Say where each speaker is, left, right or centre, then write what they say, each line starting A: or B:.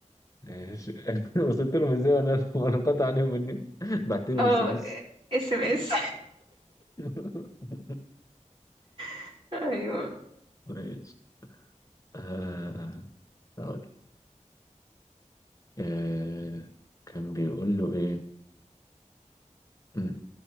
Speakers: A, on the left (about 25°); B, on the right (about 40°).
A: ماشي <laughs> وصلت لهم ازاي وانا <laughs> وانا انقطع عليهم النت بعت لهم
B: اه
A: اس ام اس
B: اس ام اس
A: <laughs>
B: <laughs> ايوه
A: ماشي آه، هقول آه، كان بيقول له ايه مم.